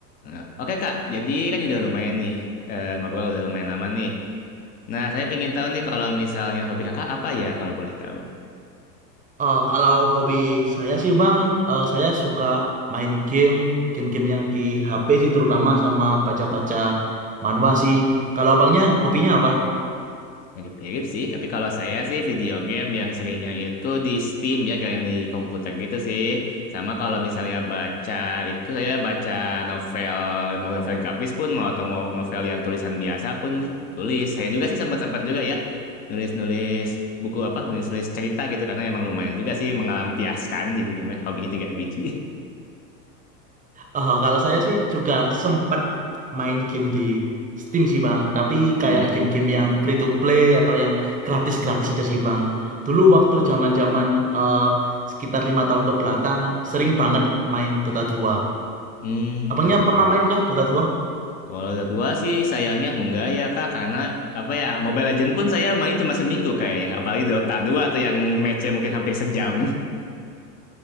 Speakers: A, on the left (about 20°); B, on the right (about 15°).
A: Nah, Oke Kak, jadi kan udah lumayan nih eh, ngobrol udah lumayan lama nih. Nah, saya pengen tahu nih kalau misalnya hobi Kakak apa ya kalau boleh tahu.
B: Eh, kalau hobi saya sih Bang, eh, saya suka main game, game-game yang di HP sih terutama sama baca-baca manhwa sih. Kalau abangnya hobinya apa?
A: Mirip-mirip sih, tapi kalau saya sih video game yang seringnya itu di Steam ya, gak yang di komputer gitu sih. Sama kalau misalnya baca itu saya baca novel, mau novel grafis pun mau atau mau novel yang tulisan biasa pun tulis. Saya juga sih sempat-sempat juga ya nulis-nulis buku apa, nulis-nulis cerita gitu karena emang lumayan juga sih mengalampiaskan jadi namanya hobinya tiga biji.
B: Eh, kalau saya sih juga sempat main game di Steam sih Bang, tapi
A: Hmm,
B: kayak game-game yang free to play atau yang gratis-gratis aja sih Bang. Dulu waktu zaman-zaman eh, sekitar lima tahun ke belakang sering banget main Dota 2.
A: hmm,
B: Abangnya
A: Dota
B: pernah
A: 2.
B: main kah Dota 2?
A: Kalau Dota 2 sih sayangnya enggak ya Kak, karena apa ya, Mobile Legends pun saya main cuma seminggu kayaknya. Apalagi Dota 2 tuh yang matchnya mungkin hampir sejam.